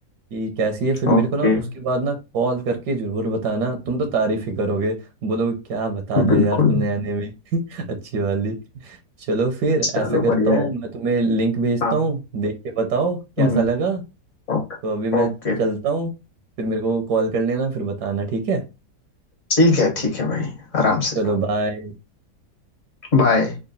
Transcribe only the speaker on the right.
कि कैसी है फिर
मेरे को ना उसके बाद ना कॉल करके जरूर बताना तुम तो तारीफ ही करोगे बोलोगे क्या बता दिया
यार तुमने आने में <laughs> अच्छी वाली चलो फिर
ऐसा करता
हूँ
मैं तुम्हें लिंक भेजता
हूँ देख के बताओ कैसा
लगा
तो अभी मैं
चलता हूँ फिर मेरे को कॉल कर लेना फिर बताना ठीक है
चलो बाय